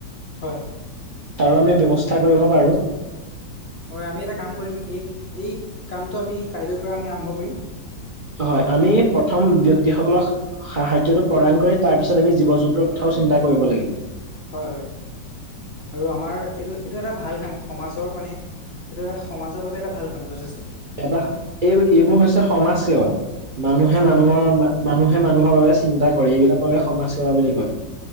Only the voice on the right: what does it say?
তাৰো আমি ব্যৱস্থা কৰিব পাৰো
হয় আমি প্ৰথম ব্যক্তিসকলক সাহায্য টো প্ৰদান কৰি তাৰ পিছত আমি জীৱ জন্তুৰ কথাও চিন্তা কৰিব লাগিম
এটা এই এইবোৰ হৈছে সমাজ সেৱা মানুহে
মানুহৰ
মানুহে মানুহৰ বাবে চিন্তা কৰে এইবিলাককে সমাজ সেৱা বুলি কয়